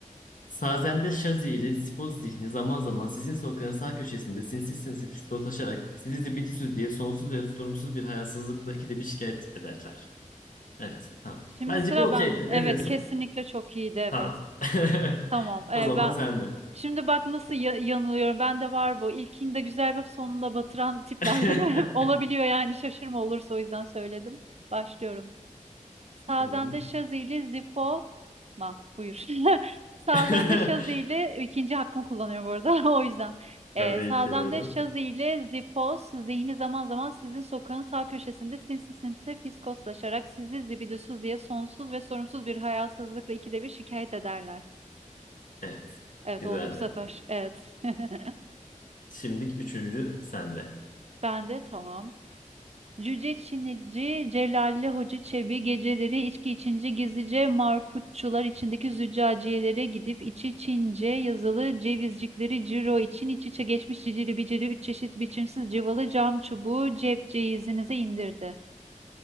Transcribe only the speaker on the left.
Sazende Şazili, Sifoz zihni zaman zaman sizin sokağın sağ köşesinde sinsi sinsi psikoslaşarak sizi zibidüsüz diye sonsuz ve sorumsuz bir hayasızlıkla ikide bir şikayet ederler. Evet tamam.
Bence
bu okeydi.
Ne diyorsun?
Tamam. <laughs>
O
zaman
sen de.
<laughs>
Buyurun.
<laughs>
Tabii
ki buyurun.
Evet.
Güzeldi.
Şimdi üçüncü sende.